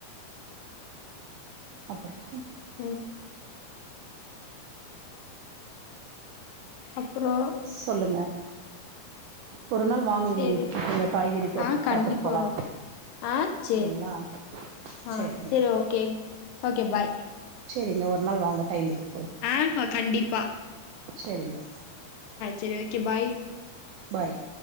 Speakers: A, on the right; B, on the left.
A: அப்பறங்க
B: ம் அப்புறோ
A: சொல்லுங்க ஒரு நாள் வாங்க
B: சேரி
A: எங்க வீட்டுக்கு எங்க காய்கறி தோட்டத்த
B: ஆ கண்டிப்பா
A: பாத்துட் போலா
B: வரோ ஆ சேரி
A: சரிங்களா
B: ஆ
A: சேரிங்க
B: சேரி ஓகே ஓகே பாய்
A: செரிங்க ஒரு நாள் வாங்க டைம் இருக்
B: ஆங்மா கண்டிப்பா
A: செரிங்க
B: செரி ஓகே பாய்
A: பாய்